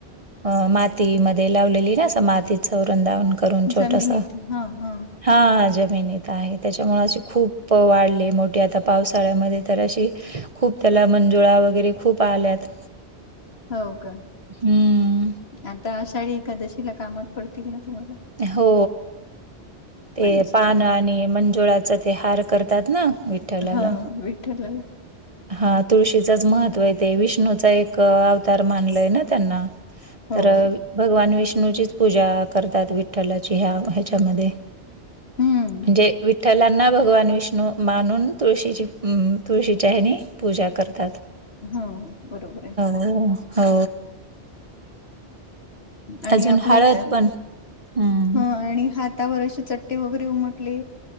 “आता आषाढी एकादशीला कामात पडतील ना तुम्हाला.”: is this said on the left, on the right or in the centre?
Left